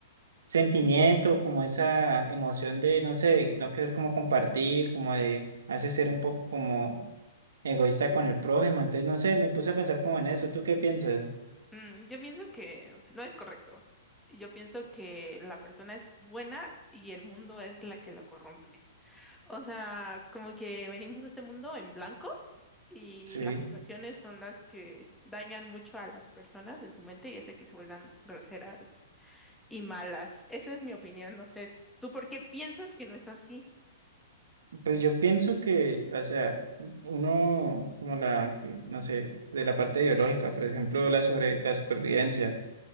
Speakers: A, on the right; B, in the centre.
A: sentimiento, como esa emoción de, no sé, de no querer como compartir, como de hace ser un poco como egoísta con el prójimo. Entonces, no sé, me puse a pensar como en eso. ¿Tú qué piensas?
B: Mm, yo pienso que no es correcto. Yo pienso que la persona es buena y el mundo es la que la corrompe. O sea, como que venimos de este mundo en blanco y
A: Sí,
B: las situaciones son las que dañan mucho a las personas en su mente y hace que se vuelvan groseras y malas. Esa es mi opinión, no sé. ¿Tú por qué piensas que no es así?
A: Pues yo pienso que, o sea, uno como la, que, no sé, de la parte biológica, por ejemplo, la sobre la supervivencia.